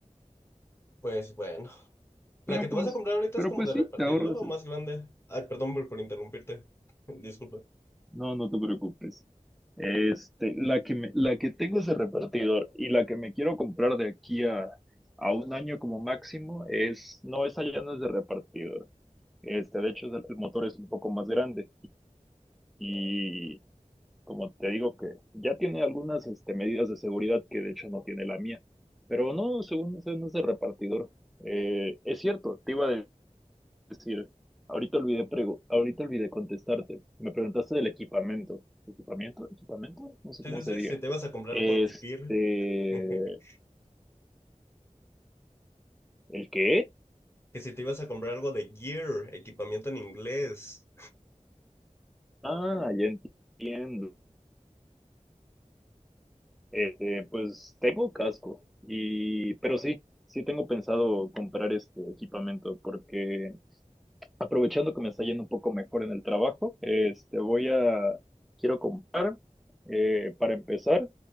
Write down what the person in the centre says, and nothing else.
pero
pues,
pero
pues
sí,
te ahorras
eso.
No, no te preocupes. Este, la que me- la que tengo es de repartidor y la que me quiero comprar de aquí a, a un año como máximo es, no, esa ya no es de repartidor. Este, de hecho, el el motor es un poco más grande y como te digo que ya tiene algunas este, medidas de seguridad que de hecho no tiene la mía, pero no, según sé, no es de repartidor. Eh, es cierto, te iba a decir, ahorita olvidé, pregu- ahorita olvidé contestarte. Me preguntaste del equipamiento. ¿Equipamiento? ¿Equipamiento? No sé
cómo se
diga.
Este,
¿el qué?
Ah, ya entiendo. Este, pues tengo casco y, pero sí, sí tengo pensado comprar este equipamiento porque aprovechando que me está yendo un poco mejor en el trabajo, este, voy a, quiero comprar, eh, para empezar,